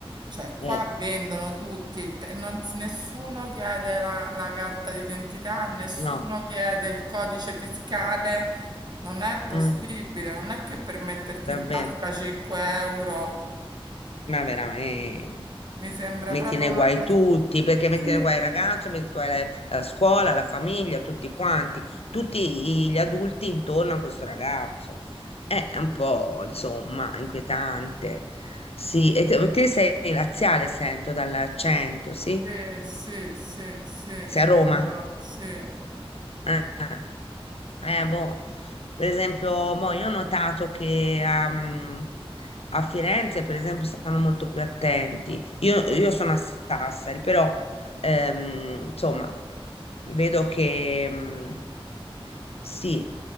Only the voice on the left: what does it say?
eh,
no,
Mm,
davvero,
ma veramente.
metti
nei
guai
tutti, perché
metti nei guai il ragazzo, metti nei guai la, la scuola, la famiglia, tutti quanti, tutti i- gli adulti intorno a questo ragazzo. È un po', insomma, inquietante. Sì, e te, te sei laziale, sento dall'accento, sì?
Sei
a Roma?
Ah, ah. Eh, boh, per esempio, mo io ho notato che ehm, a Firenze, per esempio, stanno molto più attenti. Io, io sono a Sassari, però, ehm, insomma, vedo che, mm, sì,